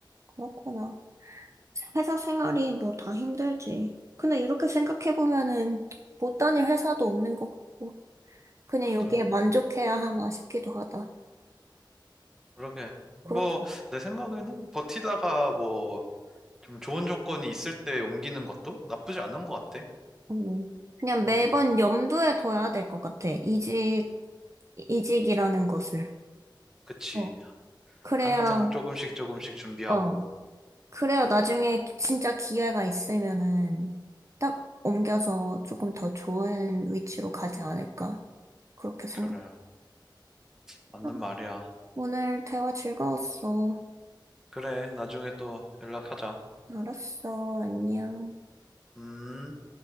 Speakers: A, on the right (about 40°); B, in the centre.
A: 그렇구나. 회사 생활이 뭐 다 힘들지. 근데 이렇게 생각해보면은 못 다닐 회사도 없는 것 같고, 그냥
B: 맞아.
A: 여기에 만족해야 하나 싶기도 하다.
B: 그러게.
A: 그렇지.
B: 뭐, 내 생각에는 버티다가 뭐, 좀 좋은 조건이 있을 때 옮기는 것도 나쁘지 않은 것 같아.
A: 음. 그냥 매번
B: 음,
A: 염두에 둬야 될 것 같아. 이직 이직이라는 것을.
B: 그치.
A: 어, 그래야,
B: 항상 조금씩 조금씩 준비하고.
A: 어, 그래야 나중에 진짜 기회가 있으면은 딱 옮겨서 조금 더 좋은 위치로 가지 않을까. 그렇게 생각.
B: 그래. 맞는
A: 아,
B: 말이야.
A: 오늘 대화 즐거웠어.
B: 그래. 나중에 또 연락하자.
A: 알았어. 안녕.
B: 음.